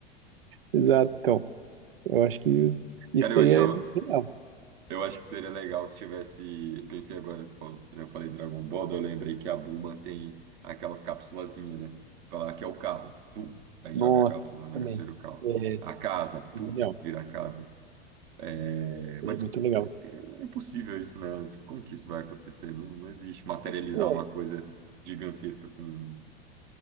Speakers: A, on the right (about 75°); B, on the right (about 55°).
A: Exato. Então, eu acho que isso
B: Cara, eu
A: seria
B: achava,
A: genial.
B: Eu acho que seria legal se tivesse. Pensei agora, se for- eu falei Dragon Ball, eu lembrei que a Bulma tem aquelas cápsulazinhas, né? Tipo, ela que é o carro, puf, aí
A: Nossa,
B: joga a cápsula
A: isso
B: no negócio
A: também.
B: e vira o carro.
A: É,
B: A casa,
A: é
B: puf,
A: genial.
B: vira a casa. É, mas
A: É muito legal.
B: né, é impossível isso, né? Tipo, como que isso vai acontecer? Não, não existe materializar
A: É,
B: uma coisa gigantesca com.